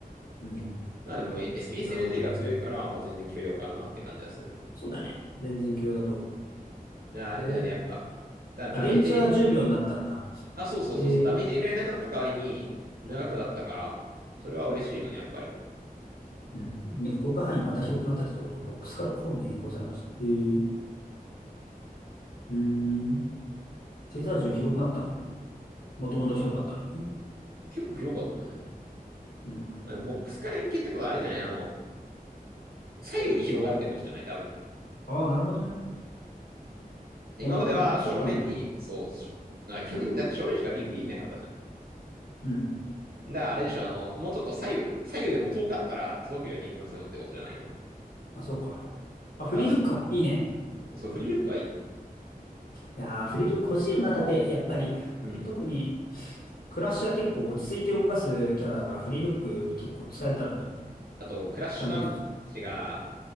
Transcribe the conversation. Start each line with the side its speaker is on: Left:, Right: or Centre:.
Left: うん。
Right: まあでも、SPSMG
Left: なるほどね。
Right: が強いから、まあ全然許容かなって感じはする。
Left: そうだね。全然共有だと思う。
Right: だからあれだよね、
Left: えー
Right: やっぱ。ただダメージ
Left: あ、電池は10秒になったんだ。
Right: あ、そうそうそうそう、
Left: ええ
Right: ダメージいられなくなった代わりに、長くなったから、それは嬉しいよね、やっぱり。
Left: うん。め広角範囲また広くなったりということ、ボックスからコーンに変更されました。へえ。うーん。テーザー銃広くなったのもともと広かったのに。
Right: 結構広かったよね。
Left: うん。
Right: あのボックスから円形ってことはあれじゃないあの、左右に広がるってことじゃない多分。
Left: ああ、なるほどね。
Right: 今までは正面に、
Left: もともとボックスだったんだね。
Right: そう、しょなんか基本的にだって正面しかビビできなかったじゃん。
Left: うん。
Right: だからあれでしょ、あの、もうちょっと左右、左右でも遠かったら届くようにやりますよってことじゃないの。だか
Left: あ、そうか。あ、フリルックか。
Right: らそ
Left: いいね。
Right: そう、フリールックはいい。
Left: いやー、フリルック欲しいよな、盾。やっぱり。
Right: うん。
Left: 特に、クラッシュは結構落ち着いて動かすキャラだから、フリルック結構使えたらね。
Right: あと、クラッシュのアンチが、
Left: ダントツでそ